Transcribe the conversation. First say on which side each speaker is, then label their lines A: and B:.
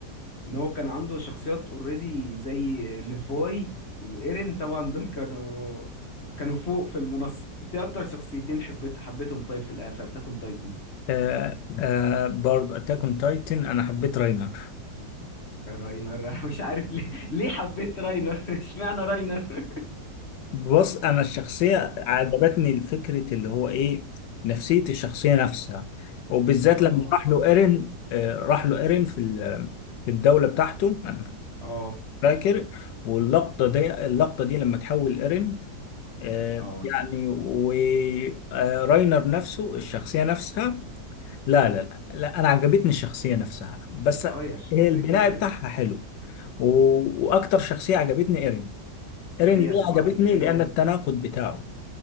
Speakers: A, on the left; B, on the left.
A: ان هو كان عنده شخصيات اوريدي زي ليفاي وايرين طبعا دول كانوا كانوا فوق في المنصة انت إيه اكتر شخصيتين حبيت حبيتهم طيب في الآ- في اتاك اون تايتن
B: آه آه برضه أتاك أون تايتن أنا حبيت راينر
A: راينر <laughs> أنا مش عارف ليه ليه حبيت راينر <laughs> اشمعنى راينر
B: بص أنا الشخصية عجبتني الفكرة اللي هو إيه نفسية الشخصية نفسها وبالذات
A: اه
B: لما راح له إيرين آه راح له إيرين في ال... في الدولة بتاعته أنا
A: اه
B: فاكر واللقطة دي اللقطة دي لما تحول إيرين آه،
A: اه
B: يعني وراينر نفسه الشخصية نفسها لا لا لا, لا أنا عجبتني الشخصية نفسها بس
A: اه يا الشخصية
B: هي البناء
A: جميلة
B: بتاعها حلو و- وأكتر شخصية عجبتني إيرين إيرين
A: هي
B: ليه
A: طبعا
B: عجبتني؟
A: ايرين
B: لأن التناقض بتاعه